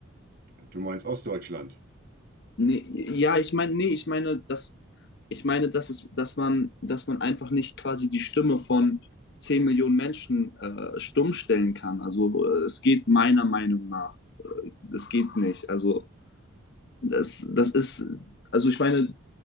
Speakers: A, on the right; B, on the left.
A: Du meinst Ostdeutschland.
B: Nee, ja, ich meine, nee, ich meine, dass ich meine, dass es, dass man, dass man einfach nicht quasi die Stimme von 10 Millionen Menschen äh, stumm stellen kann. Also äh, es geht meiner Meinung nach. Das geht nicht. Also das, das ist, also ich meine,